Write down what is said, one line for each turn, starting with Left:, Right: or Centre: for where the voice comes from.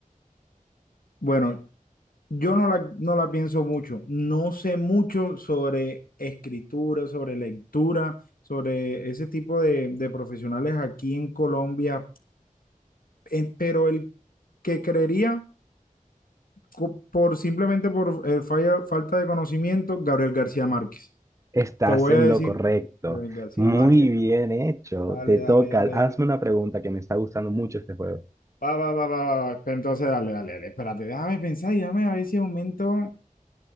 Left: Bueno, yo no la, no la pienso mucho. No sé mucho sobre escritura, sobre lectura, sobre ese tipo de, de profesionales aquí en Colombia. Eh, pero el que creería co- por simplemente por el falla- falta de conocimiento, Gabriel García Márquez.
Right: Estás
Left: Te voy
Right: en
Left: a decir,
Right: lo correcto.
Left: Gabriel García
Right: Muy
Left: Márquez,
Right: bien hecho.
Left: dale,
Right: Te
Left: dale,
Right: toca.
Left: dale,
Right: Hazme
Left: dale.
Right: una pregunta que me está gustando mucho este juego.
Left: Va, va, va, va, va. va. Entonces, dale, dale, dale. Espérate, déjame pensar y déjame a ver si aumento